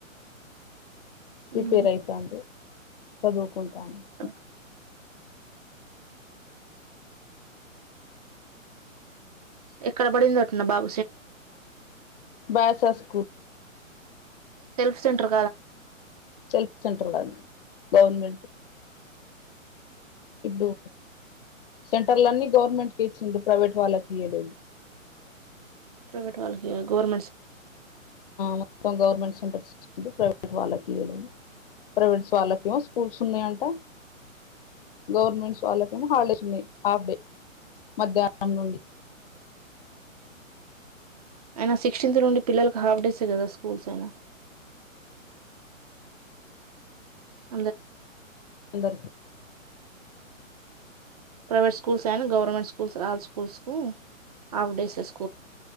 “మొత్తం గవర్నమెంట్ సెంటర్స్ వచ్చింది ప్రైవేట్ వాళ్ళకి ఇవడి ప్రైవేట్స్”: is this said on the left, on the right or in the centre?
Left